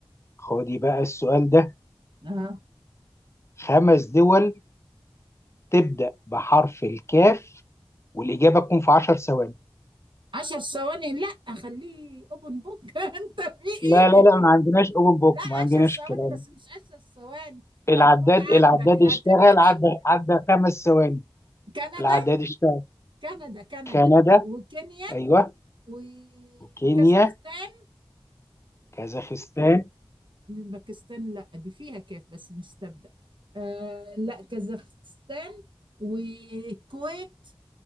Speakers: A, on the left; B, on the right.
A: خدي بقى السؤال ده
B: اه
A: خمس دول تبدأ بحرف الكاف والإجابة تكون في 10 ثواني
B: عشر ثواني لا خليه اوبن بوك <laughs> انت في
A: لا
B: ايه
A: لا لا ما عندناش اوبن بوك
B: لا
A: ما عندناش
B: عشر ثواني
A: الكلام
B: بس
A: ده.
B: مش عشر ثواني
A: العداد
B: طب خد عندك
A: العداد
B: هتبدأ
A: اشتغل
B: امتى
A: عدى عدى خمس ثواني
B: كندا
A: العداد اشتغل
B: كندا كندا
A: كندا
B: وكينيا
A: ايوه
B: وكازاخستان
A: كينيا كازاخستان
B: والباكستان لا دي فيها كاف بس مش تبدأ آه لا كازاخستان والكويت